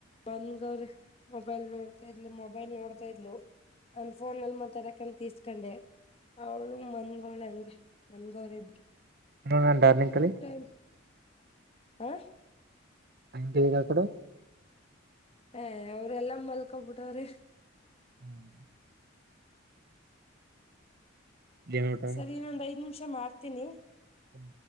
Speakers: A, on the left (about 30°); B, on the right (about 50°).
A: ಬಂದಗವ್ರ ಮೊಬೈಲ್ ನೋಡ್ತಾ ಇರ್ ಮೊಬೈಲ್ ನೋಡ್ತಾ ಇರ್ಲು ನ ಫೋ ಅಲ್ ಮತ್ತೆರಾಕಸ್ ಹಕಂಡೆ ಅವಳು ಮನ್ಗಳ ಹಂಗೆ ಮನ್ಗರಿ ಇಬ್ರು
B: ಇವಾಗ ನಾನ್ ಡಾರ್ಲಿಂಗ್
A: ಇ
B: ಕಲಿ
A: ಟೈಮ್ ಹ
B: ಆಂಗೆಇದೆಕಡ
A: ಹ ಅವ್ರ ಎಲ್ಲಾ ಮಲ್ಕೊಬಿಟ್ಟವ್ರಿ
B: ಹ್ಮ್ ಏನ್ ಊಟ
A: ಸರಿ ಇನ್ನೊಂದ್ ಐದ್ ನಿಮಿಷ ಮಾಡ್ತೀನಿ
B: ಹ್ಮ